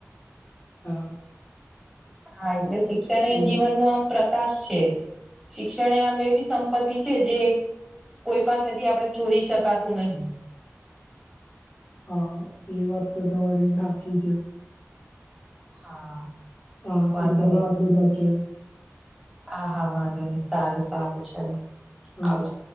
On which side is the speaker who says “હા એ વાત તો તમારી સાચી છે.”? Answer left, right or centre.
Left